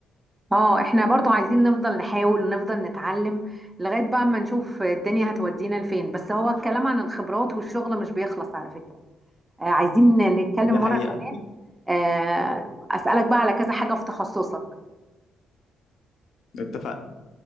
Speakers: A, on the right (about 15°); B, on the left (about 70°).
A: اه احنا برضو عايزين نفضل نحاول ونفضل نتعلم لغاية بقى ما نشوف الدنيا هتودينا لفين بس هو الكلام عن الخبرات والشغل مش بيخلص على فكرة آه عايزين نتكلم
B: دي حقيقة
A: مرة كمان آه أسألك بقى على كذا حاجة في تخصصك
B: اتفقنا